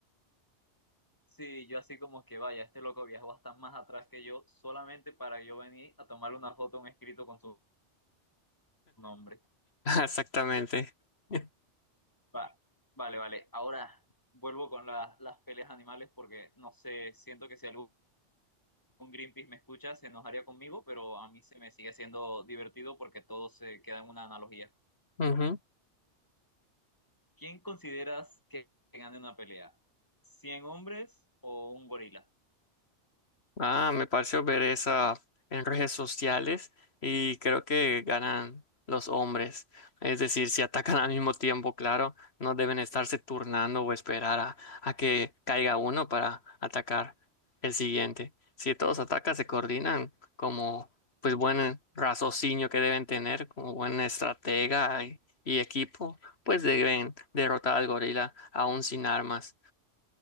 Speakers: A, on the left (about 15°); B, on the left (about 60°).
A: Sí, yo así como que vaya, este loco viajó hasta más atrás que yo, solamente para yo venir a tomarle una foto a un escrito con su nombre.
B: <laughs> Exactamente. <laughs>
A: Va, vale, vale. Ahora vuelvo con la- las peleas animales porque no sé, siento que si algún Greenpeace me escucha se enojaría conmigo, pero a mí se me sigue siendo divertido porque todo se queda en una analogía.
B: Ujú.
A: ¿Quién consideras que gane una pelea? ¿Cien hombres o un gorila?
B: Ah, me pareció ver esa en redes sociales y creo que ganan los hombres. Es decir, si atacan <laughs> al mismo tiempo, claro, no deben estarse turnando o esperar a, a que caiga uno para atacar el siguiente. Si todos atacan, se coordinan como pues buen raciocinio que deben tener, como buen estratega y, y equipo, pues deben derrotar al gorila aún sin armas.